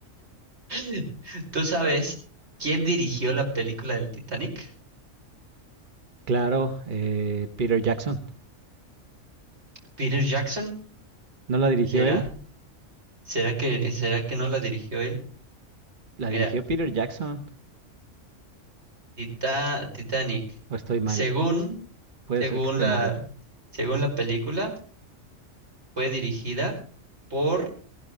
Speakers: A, on the right; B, on the right.
A: <laughs> ¿Tú sabes quién dirigió la película del Titanic?
B: Claro, eh, Peter Jackson.
A: ¿Peter Jackson?
B: ¿No la dirigió
A: ¿Será?
B: él?
A: ¿Será que, será que no la dirigió él?
B: La
A: Mira,
B: dirigió Peter Jackson.
A: Tita- Titanic.
B: O estoy mal.
A: Según,
B: Puede
A: según
B: ser que esté
A: la,
B: mal.
A: según la película, fue dirigida por